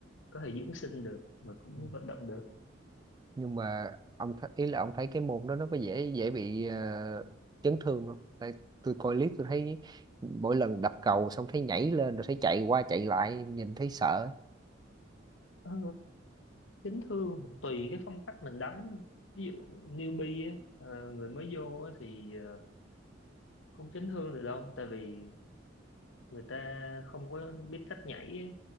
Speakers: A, on the left; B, on the right.
A: có thể dưỡng sinh được mà cũng
B: ừ.
A: vận động được
B: nhưng mà ông th- ý là ông thấy cái môn đó nó có dễ dễ bị ờ, chấn thương không tại tôi coi clip tôi thấy mỗi lần đập cầu xong thấy nhảy lên rồi thấy chạy qua chạy lại nhìn thấy sợ
A: ờ, chấn thương thì tùy cái phong cách mình đánh thôi. ví dụ newbie á, ờ, người mới vô á, thì ờ, không chấn thương được đâu tại vì người ta không có biết cách nhảy á,